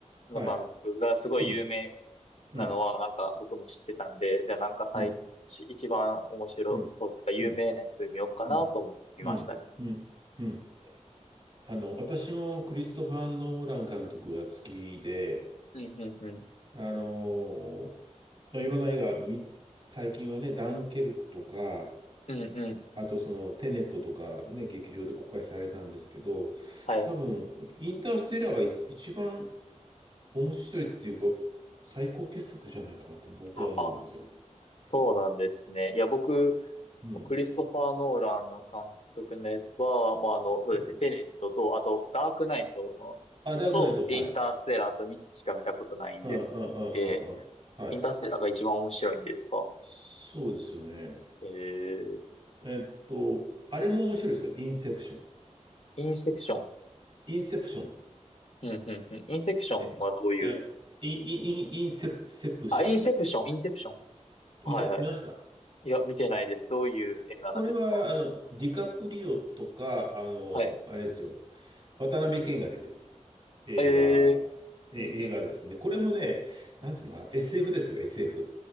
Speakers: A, on the right (about 45°); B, on the left (about 60°).
A: はい、
B: の監督がすごい有名
A: うん、うん。
B: なのは、なんか僕も知ってたんで、じゃあなんか最、
A: うん
B: 一番面白そうというか、
A: うん、
B: 有名なやつ見ようかなと思ってみましたね。
A: うん、うん、うん、うん、うん。あの、私もクリストファー・ノーラン監督が好きで、
B: うん、うん、うん。
A: あのまあ、いろんな映画み最近はね、ダンケルクとか、
B: うん、うんうん。
A: あとそのテネットとかね、劇場で公開されたんですけど、
B: はい。
A: 多分、インターステラーがい一番面白いっていうか、最高傑作じゃないかなと僕は思うんですよ。
B: あ、そうなんですね。いや、僕、
A: うん。
B: クリストファー・ノーランの監督のやつは、まあ、あの、そうですね、
A: うん
B: テネットと、あと、ダークナイトの、
A: あ、ダークナイト、
B: と、
A: はい。
B: インターステラーと3つしか見たことないんです。
A: うん、うん、うん、
B: えー
A: うん、うん。はい。
B: インターステラーが一番面白いんですか
A: そうですよね。
B: えー、
A: えっと、あれも面白いですよ。インセプション。
B: インセクション。
A: インセプション。
B: うん、うん、うん。インセクションはどういう、
A: え、え、イン、イン、インインセプ、セプション。
B: あ、インセプション、インセプション。はい、
A: 見た、
B: はい。
A: 見ました
B: いや、見てないです。どういう映画なんですか
A: これは、あの、ディカプリオとか、あの、
B: はい。
A: あれですよ。渡辺謙が出てる映画、
B: えー、
A: え、
B: うん、うん。
A: 映画ですね。これもね、なんつうのかな、SF ですよ、SF。